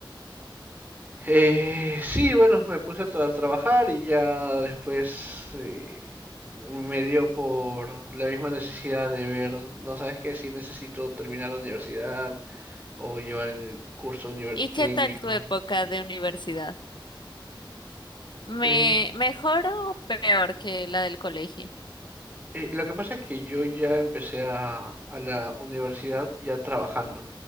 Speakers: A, on the right; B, on the left.
A: Eh, sí, bueno, me puse a tra- trabajar y ya después eh, me dio por la misma necesidad de ver, no sabes qué, si necesito terminar la universidad o llevar el curso univer-
B: ¿Y qué
A: técnico.
B: tal tu época de universidad? ¿Me
A: Eh,
B: mejor o peor que la del colegio?
A: eh, lo que pasa es que yo ya empecé a, a la universidad ya trabajando.